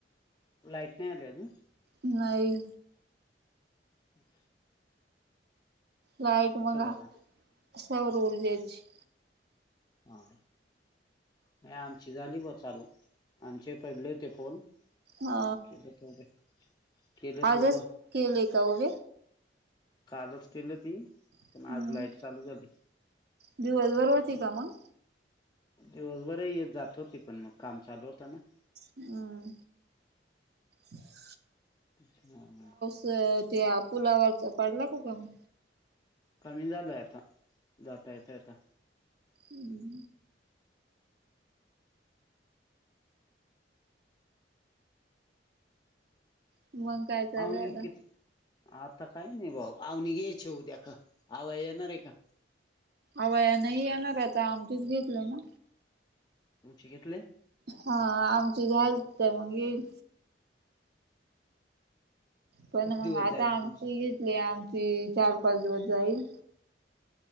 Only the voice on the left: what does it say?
लाईट नाही आली अजून?
हम् <unintelligible>
आता.
हा. नाही आमची झाली बा चालू आमचे पडले होते फोन.
केलं केलं केलं
तुब
कालच केलं ती
आज लाइट चालू झाली.
दिवसभर येत जात होती पण मग काम चालू होतं ना.
<unintelligible>
कमी झालय आता जाता येता येता
आवनी
किती आता काही नाही भाऊ आवने घ्यायच उद्या का आव येणार आहे का?
तुमची घेतले?
किती
दिवस
जाईल
तुमचे